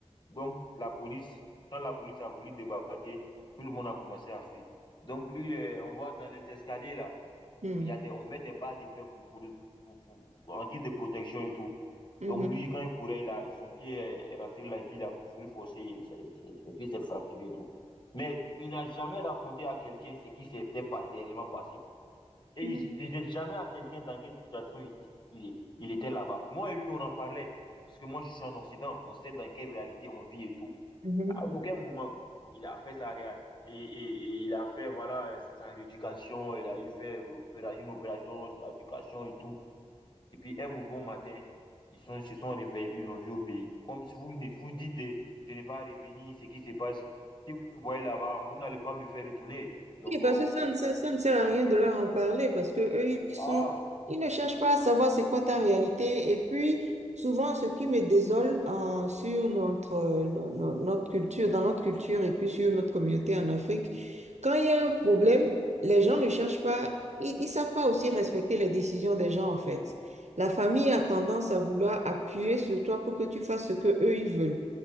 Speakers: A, on the left; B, on the right.
A: Donc, la police, quand la police a voulu débarquer, tout le monde a commencé à fuir. Donc, lui, euh, on voit dans les escaliers, là,
B: Hmm.
A: il y a des, on met des barres de fer pour, pour, pour- pour- en guise de protection et tout.
B: Mhm.
A: Donc lui, quand il courait, il a, son pied est est rentré là et puis il a voulu forcer, ses, ses- ses pieds s'est fracturé et tout. Mais il n'a jamais raconté à quelqu'un ce qui s'était pas- réellement passé. Et
B: Mhm.
A: il ne disait jamais à quelqu'un dans quelle situation il, s- il- il était là-bas. Moi et lui, on en parlait. Parce que moi, je suis en Occident. On sait dans quelle réalité on vit et tout.
B: Mhm.
A: À aucun moment, il a fait sa réa- et, et- et il a fait voilà euh, sa rééducation, il a eu fait opéra- une opération sur l'éducation et tout. Et puis un bon matin, ils sont, se sont réveillés et puis ils l'ont vu au pays. Comme si vous ne- vous dites de, de ne pas revenir, ce qui se passe. Si vous me voyez là-bas, vous n'allez pas me faire retourner. Donc,
B: Oui, parce
A: euh,
B: que ça ne, ça, ça ne sert à rien de leur en parler parce que eux, ils sont,
A: ah,
B: ils ne cherchent pas à savoir c'est quoi ta réalité. Et puis, souvent, ce qui me désole en- sur notre, euh, no- no- notre culture, dans notre culture et puis sur notre communauté en Afrique, quand il y a un problème, les gens ne cherchent pas, ils, ils savent pas aussi respecter les décisions des gens, en fait. La famille a tendance à vouloir appuyer sur toi pour que tu fasses ce que eux, ils veulent.